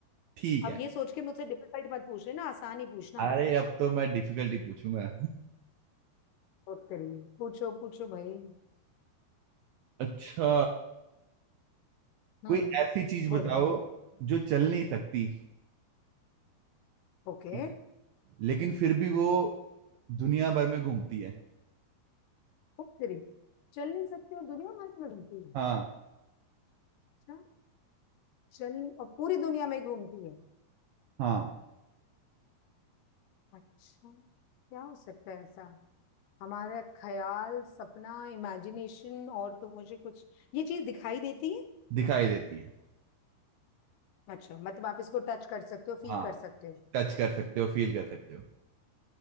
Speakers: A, on the right (about 75°); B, on the left (about 75°).
A: ठीक
B: अब
A: है
B: ये सोच के मुझसे डिफिकल्ट मत पूछ लेना आसान ही पूछना
A: अरे अब तो मैं डिफिकल्टी पूछूंगा
B: ओ तेरी पूछो पूछो भाई
A: <laughs> अच्छा
B: हम्म
A: कोई ऐसी चीज
B: बोलो
A: बताओ
B: बोलो
A: जो चल नहीं सकती
B: ओके
A: ठीक है। लेकिन फिर भी वो दुनिया भर में घूमती है
B: ओ तेरी चल नहीं सकते हो दुनिया भर में घूमती
A: हाँ
B: अच्छा चलिए और पूरी दुनिया में घूमती है
A: हाँ
B: अच्छा क्या हो सकता है ऐसा हमारा ख्याल सपना इमेजिनेशन और तो मुझे कुछ ये चीज दिखाई देती है
A: दिखाई देती है
B: अच्छा मतलब आप इसको टच कर सकते हो फील
A: हाँ
B: कर सकते हो
A: टच कर सकते हो फील कर सकते हो